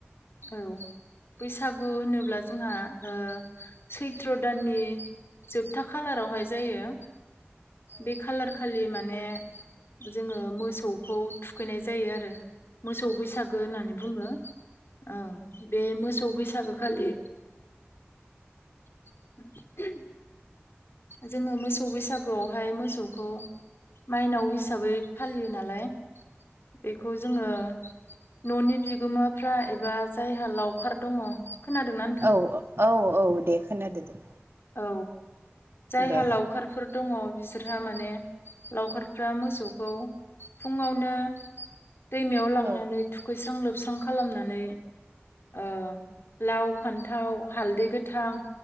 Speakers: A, on the left; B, on the right.
A: औ बैसागु होनोब्ला जोंहा ओ सैथ्र दाननि जोबथा खालारावहाय जायो बे कालार खा खालि माने जोङो मोसौखौ थुखैनाय जायो आरो मोसौ बैसागु बैसागो होननानै बुङो ओं बे मोसौ बैसागो खालि <inaudible> जोङो मोसौ बैसागोआवहाय मोसौखौ माइनाव हिसाबै फालियो नालाय बेखौ जोङो न'नि बिगोमाफ्रा एबा जायहा लावखार दङ खोनादों ना नों
B: औ ओ औ औ दे खोनादो दे
A: औ जायहा
B: दे
A: लावखारफोर फोर दङ बिसोरहा माने लावखारफ्रा मोसौखौ फुआवनो दैमायाव लांनानै
B: औ
A: थुखैस्रां लोबस्रां खालामनानै ओ लाव फान्थाव हालदै गोथां